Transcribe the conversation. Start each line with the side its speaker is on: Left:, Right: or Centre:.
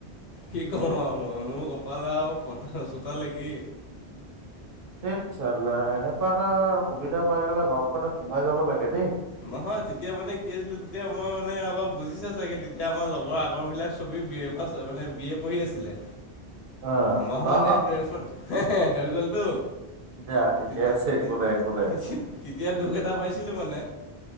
Left: কি কম আৰু মই মোৰ কপাল আৰু ফটা চোতাল নেকি
Right: সেইত চাল্লা এনেকুৱা এটা সুবিধা পাই গলে ঘপকেনে সোমাই যাব লাগে দেই
Left: নহয় তেতিয়া মানে কি আছিল তেতিয়া মই মানে অলপ বুজিছা চাগে তেতিয়া আমাৰ লগৰ আগৰ বিলাক চবে বি এ পাচ মানে বি এ পঢ়ি আছিলে
Right: <inaudible>
Left: মই মানে
Right: অ',
Left: টুৱেলফত হে হে হৈ গ'লতো
Right: দিয়া ঠিকে
Left: তেতি
Right: আছে একো
Left: তিত্
Right: নাই একো নাই।
Left: তেতিহ্ তেতিয়া দুখ এটা পাইছিলো মানে